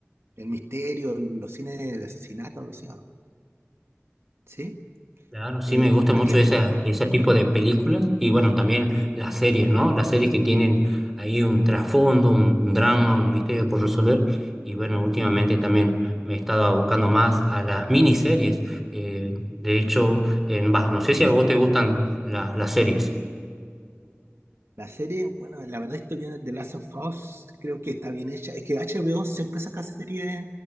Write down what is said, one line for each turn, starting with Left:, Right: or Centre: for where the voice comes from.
Right: el misterio, el- los cines de asesinato, algo así, ¿o ¿no? ¿Sí?
Centre: Claro, sí
Right: Eh,
Centre: me gusta
Right: Contratiempo.
Centre: mucho esa, ese tipo de películas y bueno, también las series, ¿no? Las series que tienen ahí un trasfondo, un drama, un misterio por resolver y bueno, últimamente también me he estado abocando más a las miniseries. Eh, de hecho, en, bah, no sé si a vos te gustan la- las series.
Right: La serie, bueno, la verdad estoy viendo The Last of Us, creo que está bien hecha. Es que HBO siempre saca series,